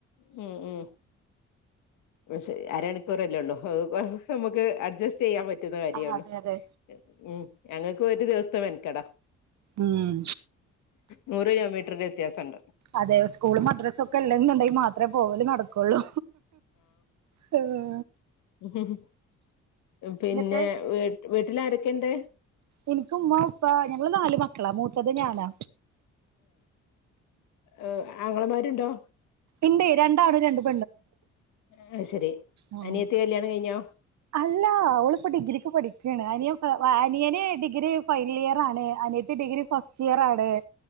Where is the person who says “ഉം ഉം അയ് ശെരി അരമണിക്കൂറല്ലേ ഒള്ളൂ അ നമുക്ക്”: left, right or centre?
Left